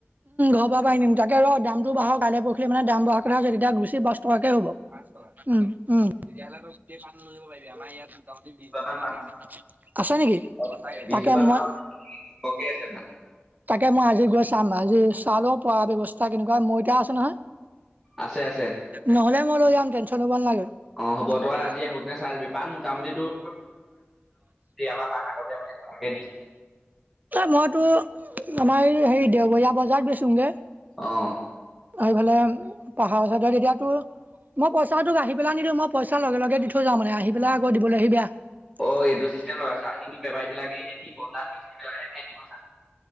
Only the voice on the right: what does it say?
পৰা পাই নিম তাকে ৰ দামটো বাঢ়ক কাইলে পৰহিলে মানে দাম বঢ়া কথা আছে তেতিয়া গুচি পাচ টকাকে হ'ব পাঁচ টকা তেতিয়াহ'লে ত গোটেই পাণ বিক্ৰী কৰিব পাৰিবি আমাৰ ইয়াত মোটামুটি
বিশ
<unintelligible> আছে নেকি
তাকে
মই
তাকে মই আজি গৈ চাম আজি চালেও পৰা ব্যয়ৱস্থা কেনেকুৱা মই এতিয়া আছে নহয়
নহলে মই লৈ যাম টেনচন হ'ব নালাগে <unintelligible>
<unintelligible>
মইতো আমাৰ এই হেৰি দেওবৰীয়া বজাৰত বেচোংগে
এইফালে পাহাৰ চাইতে এতিয়া তোৰ মই পইচা তোক আহি পেলাই নিদিওঁ মই পইচা লগে লগে দি থৈ যাও মানে আহি পেলাই আকৌ দিবলৈ আহি বেয়া উম
উম